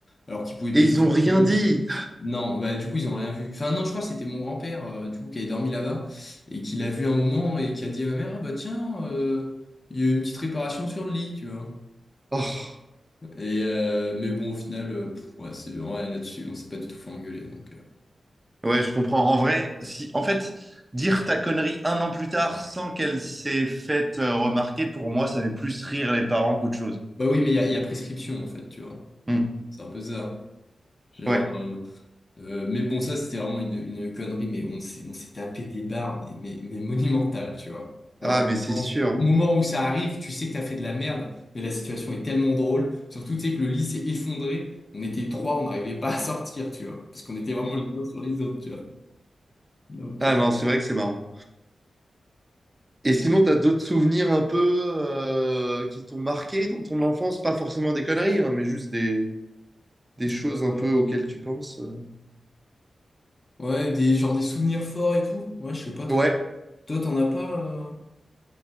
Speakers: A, on the left (about 35°); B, on the right (about 20°).
A: alors qu'ils pouvaient
B: Et
A: péter
B: ils ont
A: à
B: rien
A: tout le monde.
B: dit.
A: Non, bah du coup ils ont rien vu. Enfin non, je crois que c'était mon grand-père euh, du coup qui avait dormi là-bas et qui l'a vu un moment et qui a dit à ma mère, Ah, bah tiens, euh, il y a eu une petite réparation sur le lit, tu vois.
B: Oh.
A: Et euh, mais bon au final, euh, pff, ouais, c'est ouais, là-dessus, on s'est pas du tout fait engueuler donc. euh.
B: Ouais, je comprends. En vrai, si, en fait, dire ta connerie un an plus tard sans qu'elle s'est faite euh, remarquer, pour moi, ça fait plus rire les parents qu'autre chose.
A: Bah oui, mais il y a, il y a prescription en fait, tu vois.
B: Hmm,
A: C'est un peu ça. Genre.
B: ouais.
A: euh, Euh, mais bon, ça, c'était vraiment une, une connerie, mais on s'est, on s'est tapé des barres, mais, mais, mais monumentales, tu vois.
B: Ah,
A: Alors, vraiment,
B: mais c'est sûr.
A: au moment où ça arrive, tu sais que t'as fait de la merde, mais la situation est tellement drôle. Surtout, tu sais que le lit s'est effondré. On était trois, on n'arrivait pas à sortir, tu vois. Parce qu'on était vraiment les uns sur les autres, tu vois. Donc,
B: Ah
A: euh,
B: non, c'est vrai que c'est marrant. Et sinon, t'as d'autres souvenirs un peu euh, qui t'ont marqué dans ton enfance? Pas forcément des conneries, hein, mais juste des, des choses
A: euh,
B: un peu auxquelles tu penses. euh.
A: ouais, des, genre des souvenirs forts et tout. Ouais, je sais pas trop.
B: Ouais.
A: Toi, t'en as pas,